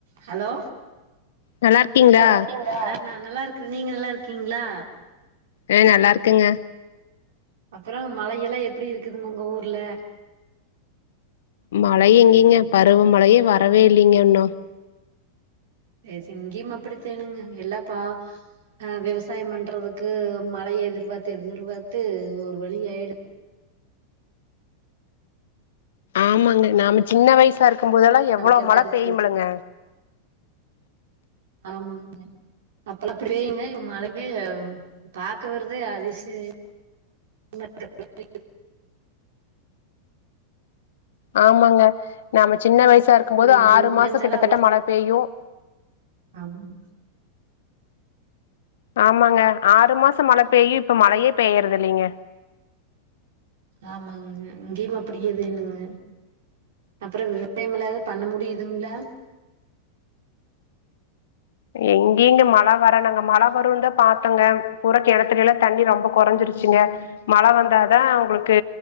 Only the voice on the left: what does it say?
நல்லா இருக்கீங்களா
அ நல்லார்க்கங்க
மழ எங்கீங்க பருவ மழயே வரவே இல்லீங்க இன்னோ
ஆமாங்க நாம சின்ன வயசா இருக்கும் போதெல்லா எவ்ளோ
மழப்
பெய்யும்பலுங்க
ஆமாங்க நாம்ம சின்ன வயசா இருக்கும்போது
ஆறு மாசங்
கிட்டதட்ட மழ பெய்யு
ஆமாங்க ஆறு மாசம் மழ பெய்யும் இப்ப மழயே பெய்யறது இல்லிங்க
எங்கிங்க மழ வர நாங்க மழ வருன்தாப் பாத்தோங்க புறக் கெணத்துலேலாத் தண்ணி ரொம்ப கொறஞ்சிருச்சுங்க மழ வந்தாதா உங்களுக்கு